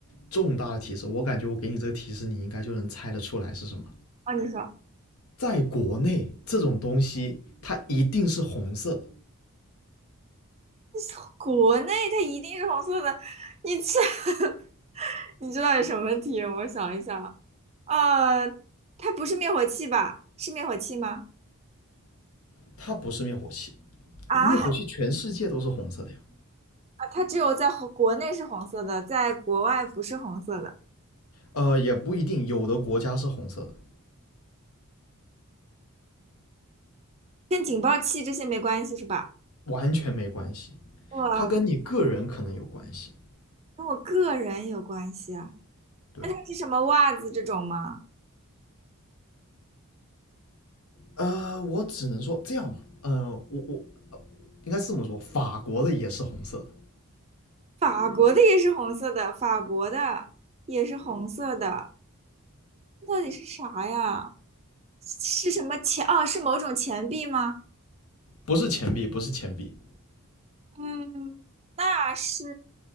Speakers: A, on the left; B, on the right.
A: 重大的提示。我感觉我给你这个提示，你应该就能猜得出来是什么。
B: 哦，你说，
A: 在国内，这种东西它一定是红色的，
B: <laughs> 国内它一定是红色的，你这 <laughs>。你知道有什么题？我想一想，呃，它不是灭火器吧？是灭火器吗？
A: 它不是灭火器。
B: 啊，
A: 灭火器全世界都是红色的呀。
B: 啊它只有在红国内是红色的，在国外不是红色的，
A: 呃，也不一定，有的国家是红色的，
B: 跟警报器这些没关系是吧？
A: 完全没关系。
B: 哇，
A: 它跟你个人可能有关系。
B: 跟我个人有关系啊。
A: 对，
B: 那它是什么袜子这种吗？
A: 呃，我只能说这样吧，呃，我我呃应该是这么说，法国的也是红色的，
B: 法国的也是红色的，法国的也是红色的，这到底是啥呀？是什么钱？哦，是某种钱币吗？
A: 不是钱币，不是钱币。
B: 嗯，那是